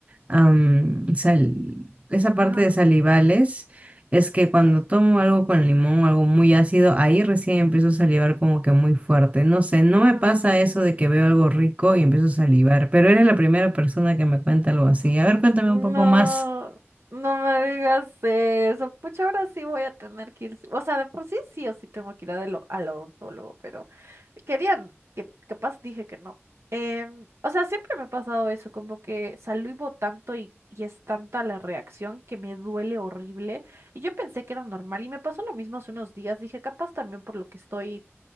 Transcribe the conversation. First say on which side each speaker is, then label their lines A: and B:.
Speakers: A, on the right; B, on the right.
A: am, sal- esa parte
B: Ajá.
A: de salivales, es que cuando tomo algo con limón, algo muy ácido, ahí recién empiezo a salivar como que muy fuerte. No sé, no
B: Ujú.
A: me pasa eso de que veo algo rico y empiezo a salivar, pero eres la primera persona que me cuenta algo así. A ver, cuéntame
B: No,
A: un poco más.
B: no me digas eso. Pucha, ahora sí voy a tener que ir. sí, O sea, de por sí sí o sí tengo que ir al, al odontólogo, pero querían, que capaz dije que no. Em, o sea, siempre me ha pasado eso, como que salivo tanto y, y es tanta la reacción que me duele horrible. Y yo pensé que era normal y me pasó lo mismo hace unos días. Dije, capaz también por lo que estoy